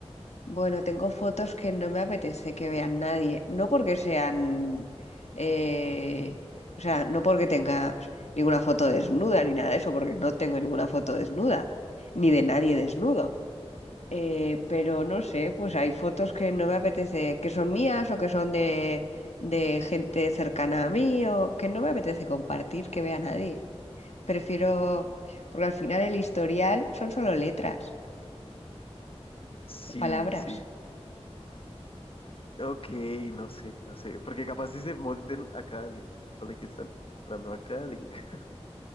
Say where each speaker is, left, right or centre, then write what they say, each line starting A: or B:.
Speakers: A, on the left; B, on the left.
A: bueno, tengo fotos que no me apetece que vean nadie. No porque sean, eh, o sea, no porque tenga ninguna foto desnuda ni nada de eso, porque no tengo ninguna foto desnuda, ni de nadie desnudo Eh, pero no sé, pues hay fotos que no me apetece, que son mías o que son de, de gente cercana a mí o que no me apetece compartir, que vea nadie. Prefiero, porque al final el historial son solo letras
B: Sí,
A: o palabras.
B: sí. Ok, no sé, no sé. Porque capaz si se monten a cada link. Ponle que están entrando a cada link. <laughs>